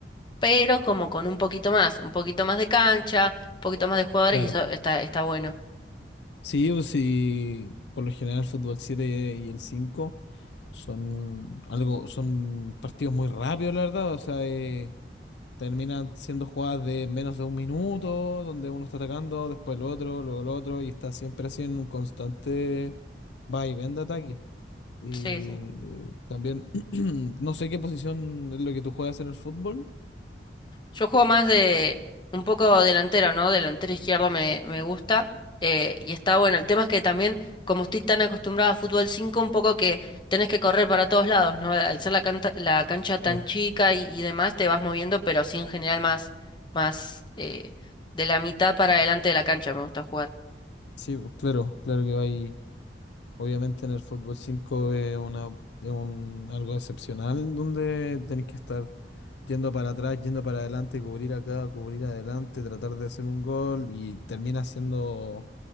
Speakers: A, on the left; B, on the left.
A: pero como con un poquito más, un poquito más de cancha, un poquito más de jugadores
B: Claro.
A: y eso está, está bueno.
B: Sí, pues sí, por lo general el fútbol 7 y el 5 son algo, son partidos muy rápidos, la verdad. O sea, eh, Terminan siendo jugadas de menos de un minuto, donde uno está atacando, después el otro, luego el otro, y está siempre así en un constante va y ven de ataque. Y
A: Sí, sí.
B: también, <clears throat> no sé qué posición es lo que tú juegas en el fútbol.
A: Yo juego más de un poco delantero, ¿no? Delantero izquierdo me, me gusta. eh, y está bueno. El tema es que también, como estoy tan acostumbrado a fútbol 5 un poco que tenés que correr para todos lados, ¿no? Al ser la canta- la cancha
B: Claro.
A: tan chica y, y demás, te vas moviendo, pero sí en general más, más eh, de la mitad para adelante de la cancha me gusta jugar.
B: Sí, pues, claro, claro que va ahí. Obviamente en el fútbol 5 es una, es un, algo excepcional donde tenés que estar yendo para atrás, yendo para adelante, cubrir acá, cubrir adelante, tratar de hacer un gol y termina siendo